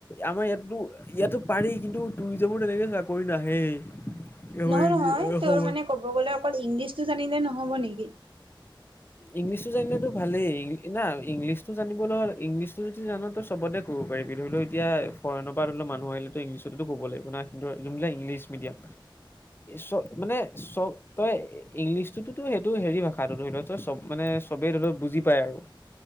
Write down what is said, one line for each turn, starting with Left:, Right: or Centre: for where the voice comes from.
Left: আমাৰ ইয়াতো-ইয়াতো পাৰি কিন্তু টুৰিজমৰ তেনেকে চাকৰি নাহেই। আমাৰ
Right: নহয়-নহয়
Left: অসমত
Right: তোৰ মানে ক'ব গলে অকল ইংলিছটো জানিলে নহব নেকি?
Left: ইংলিছটো জানিলেতো ভালেই না ইংলিছটো জানিবলৈ হ'ল ইংলিছটো যদি জান তোৰ চবতে কো <unintelligible> এতিয়া ফৰেনৰ পৰা ধৰি লওঁ মানুহ আহিলেটো ইংলিছতেটো ক'ব লাগিব না কিনটো যোন বিলাক ইংলিছ মিডিয়াম চ মানে চব তই ইংলিছটোতো সেইটো হেৰি ভাষাটো ধৰি লওঁ তোৰ চব মানে চবেই ধৰিলো বুজি পায় আৰু।